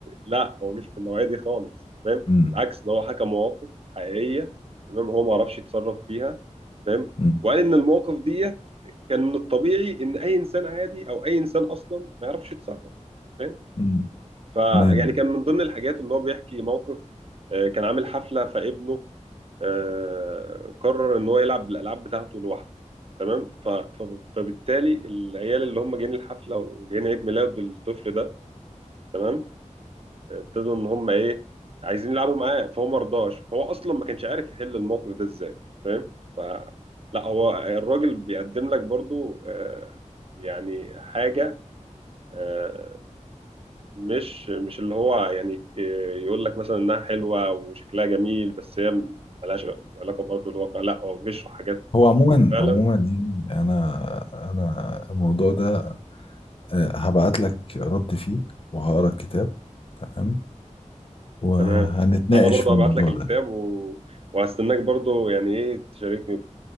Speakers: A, on the right; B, on the left.
A: لا هو مش من النوعيه دي خالص فاهم
B: أمم.
A: بالعكس ده هو حكى مواقف حقيقيه تمام هو ما عرفش يتصرف فيها فاهم
B: إمم.
A: وقال ان المواقف دي كان من الطبيعي ان اي انسان عادي او اي انسان اصلا ما يعرفش يتصرف فاهم
B: مم.
A: فيعني
B: تمام
A: كان من ضمن الحاجات ان هو بيحكي موقف آه، كان عامل حفله فابنه آه، قرر ان هو يلعب الالعاب بتاعته لوحده تمام ف- ف- فبالتالي العيال اللي هم جايين الحفله وجايين عيد ميلاد الطفل ده تمام آه، ابتدوا ان هم ايه عايزين يلعبوا معاه فهو ما رضاش فهو اصلا ما كانش عارف يحل الموقف ده ازاي فاهم ف لا هو الراجل بيقدم لك برضو آه، يعني حاجه آه، مش مش اللي هو يعني آه، يقول لك مثلا انها حلوه وشكلها جميل بس هي ملهاش علاقه بارض الواقع لا هو بيشرح حاجات
B: هو عموما
A: فعلا
B: عموما يعني انا انا الموضوع ده آه، هبعت لك رد فيه وهقرا الكتاب تمام وهنتناقش
A: تمام انا برضو
B: في الموضوع
A: هبعت لك الكتاب
B: ده
A: و... وهستناك برضو يعني ايه تشاركني ب-